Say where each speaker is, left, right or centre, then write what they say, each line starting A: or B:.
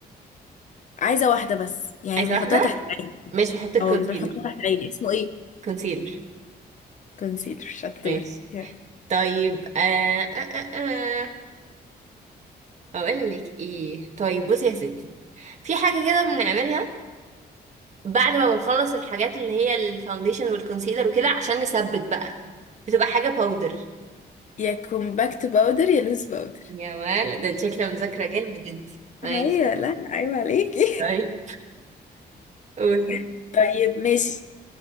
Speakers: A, on the left; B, on the right.
A: عايزه واحده بس يعني
B: عايزة
A: بنحطها
B: واحدة
A: تحت
B: ماشي بحط الكونسيلر
A: او اللي بنحطها تحت العين اسمه ايه
B: كونسيلر
A: كونسيلر شطور
B: ماشي
A: يا
B: طيب آه آه آه آه. أقول لك إيه طيب بصي يا ستي في حاجة كده بنعملها بعد ما بنخلص الحاجات اللي هي الفاونديشن والكونسيلر وكده عشان نثبت بقى بتبقى حاجة باودر
A: يا كومباكت باودر يا لوز باودر
B: يا ولد ده انت شكلها مذاكرة جامد انت ماشي
A: ايوه لا لا، ايوه عليكي
B: طيب قولي
A: <laughs> طيب ماشي